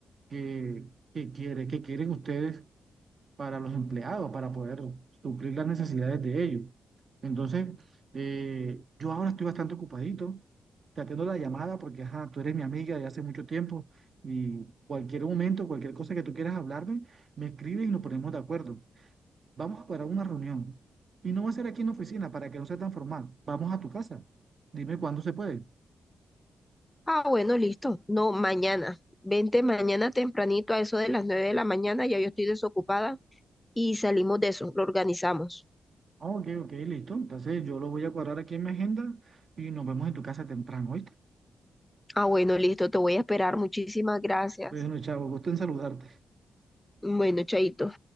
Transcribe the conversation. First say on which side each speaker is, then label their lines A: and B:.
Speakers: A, on the right; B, on the left.
A: que, que quiere, que quieren ustedes para los empleados, para poder suplir las necesidades de ellos. Entonces, eh, yo ahora estoy bastante ocupadito. Te atiendo la llamada porque ajá, tú eres mi amiga de hace mucho tiempo y cualquier momento, cualquier cosa que tú quieras hablarme, me escribes y nos ponemos de acuerdo. Vamos a parar una reunión y no va a ser aquí en la oficina para que no sea tan formal. Vamos a tu casa. Dime cuándo se puede.
B: Ah, bueno, listo. No, mañana. Vente mañana tempranito a eso de las nueve de la mañana, ya yo estoy desocupada y salimos de eso, lo organizamos.
A: Ah, Ok, ok, listo. Entonces yo lo voy a cuadrar aquí en mi agenda y nos vemos en tu casa temprano, ¿oíste?
B: Ah, bueno, listo, te voy a esperar. Muchísimas gracias.
A: Bueno, chavo, gusto en saludarte.
B: Bueno, chaito.